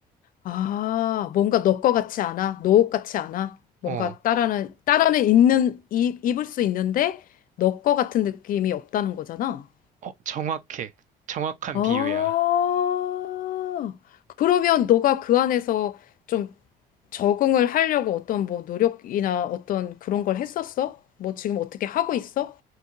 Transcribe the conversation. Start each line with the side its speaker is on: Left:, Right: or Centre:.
Left: 아, 뭔가 너 거 같지 않아? 너 옷 같지 않아? 뭔가
Right: 어,
Left: 따라는, 따라는 있는, 입 입을 수 있는데 너 거 같은 느낌이 없다는 거잖아?
Right: 어, 정확해. 정확한
Left: 아,
Right: 비유야.
Left: 그러면 너가 그 안에서 좀 적응을 하려고 어떤 뭐 노력이나 어떤 그런 걸 했었어? 뭐 지금 어떻게 하고 있어?